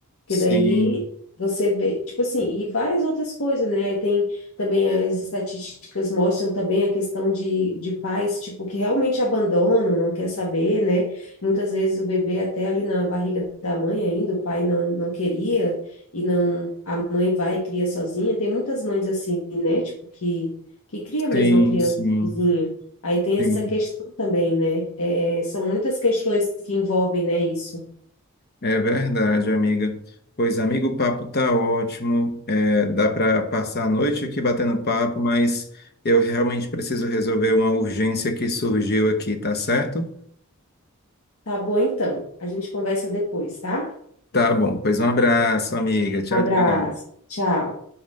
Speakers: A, on the left; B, on the left.
A: Que daí
B: Sim,
A: você vê, tipo assim, e várias outras coisas, né? Aí tem também as estatísticas mostram também a questão de, de pais, tipo, que realmente abandonam, não quer saber, né? Muitas vezes o bebê até ali na barriga da mãe ainda, o pai não, não queria, e não, a mãe vai e cria sozinha. Tem muitas mães assim, né? Tipo, que, que cria mesmo
B: sim,
A: a criança
B: sim,
A: sozinha. Aí tem
B: sim.
A: essa questão também, né? É, são muitas questões que envolvem, né, isso.
B: É verdade, amiga. Pois, amigo, o papo tá ótimo. É, dá para passar a noite aqui batendo papo, mas eu realmente preciso resolver uma urgência que surgiu aqui, tá certo?
A: Tá bom, então. A gente conversa depois, tá?
B: Tá bom. Pois um abraço, amiga. Tchau,
A: Abraço.
B: tchau.
A: Tchau.